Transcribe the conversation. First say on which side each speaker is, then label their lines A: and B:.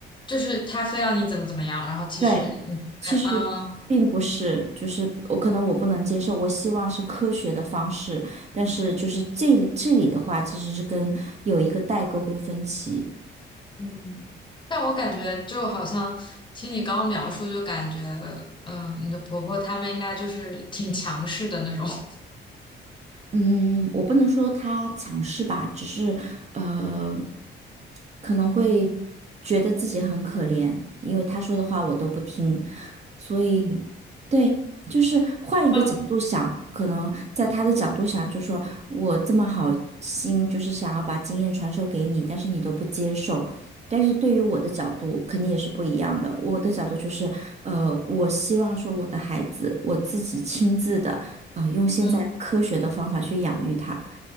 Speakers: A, on the left; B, on the right.
A: 就是他非要你怎么怎么样，然后其实你就会嗯，
B: 对，其实并不是，就是我可能我不能接受，我希望是科学的方式，但是就是这这里的话，其实是跟有一个代沟跟分歧。
A: 嗯但我感觉就好像听你刚刚描述，就感觉嗯，你的婆婆她们应该就是挺强势的那种，<laughs>
B: 嗯，我不能说他强势吧，只是呃，可能会觉得自己很可怜，因为他说的话我都不听，所以，对，就是换一个角度想，
A: 嗯
B: 可能在他的角度想，就说我这么好心，就是想要把经验传授给你，但是你都不接受。但是对于我的角度，肯定也是不一样的。我的角度就是，呃，我希望说我的孩子，我自己亲自的，呃，用现在科学的方法去养育他。
A: 嗯